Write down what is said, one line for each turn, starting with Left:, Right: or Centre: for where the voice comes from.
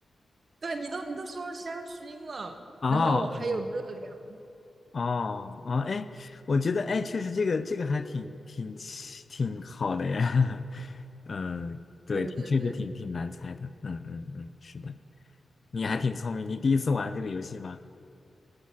Right: <laughs> 对，你都你都说了香薰了，
Left: 哦
Right: 然后还有热量。
Left: 哦哦，哎，我觉得哎，确实这个这个还挺挺奇挺好的呀，<laughs> 嗯，对，
Right: 对对对，
Left: 挺确实挺挺难猜的，嗯嗯嗯，是的，你还挺聪明，你第一次玩这个游戏吗？